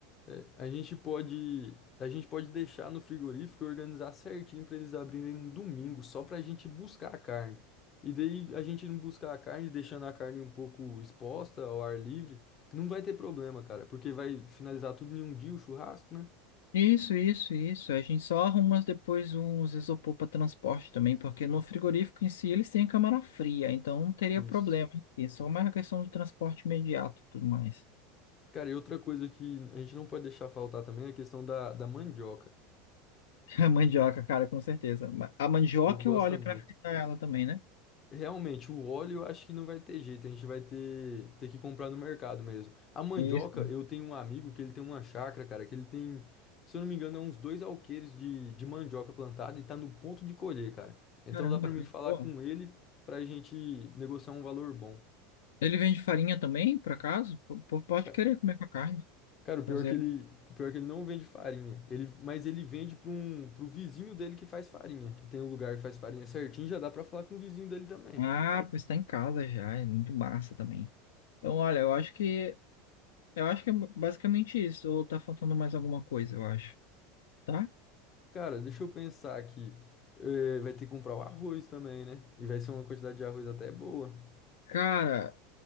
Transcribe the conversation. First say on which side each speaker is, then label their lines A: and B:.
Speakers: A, on the left; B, on the left.
A: É, a gente pode, a gente pode deixar no frigorífico e organizar certinho para eles abrirem no domingo, só para a gente buscar a carne. E daí a gente não buscar a carne, deixando a carne um pouco exposta ao ar livre, não vai ter problema, cara, porque vai finalizar tudo em um dia o churrasco, né?
B: Isso, isso, isso. A gente só arruma depois uns isopor para transporte também, porque no frigorífico em si eles têm câmara fria, então não teria
A: Isso.
B: problema. em si. É só mais a questão do transporte imediato e tudo mais.
A: Cara, e outra coisa que a gente não pode deixar faltar também é a questão da, da mandioca.
B: <laughs> A mandioca, cara, com certeza. Ma- A mandioca
A: O povo gosta
B: e o óleo
A: muito.
B: para fritar ela também, né?
A: Realmente, o óleo eu acho que não vai ter jeito, a gente vai ter, ter que comprar no mercado mesmo. A mandioca,
B: Isso.
A: eu tenho um amigo que ele tem uma chácara, cara, que ele tem, se eu não me engano, é uns dois alqueires de, de mandioca plantada e tá no ponto de colher, cara. Então
B: Caramba,
A: dá pra mim
B: coisa
A: falar
B: boa.
A: com ele pra gente negociar um valor bom.
B: Ele vende farinha também, por acaso? O povo pode
A: Ca-
B: querer comer com a carne.
A: Cara, o pior
B: Fazer.
A: é que ele,
B: um
A: o pior é que ele não vende farinha, ele, mas ele vende para um, pro vizinho dele que faz farinha, que tem um lugar que faz farinha certinho, já dá pra falar com o vizinho dele também.
B: Ah, pois está em casa já, é muito massa também. Então, olha, eu acho que eu acho que é basicamente isso. Ou tá faltando mais alguma coisa, eu acho. Tá?
A: Cara, deixa eu pensar aqui. É, vai ter que comprar o arroz também, né? E vai ser uma quantidade de arroz até boa.
B: Cara,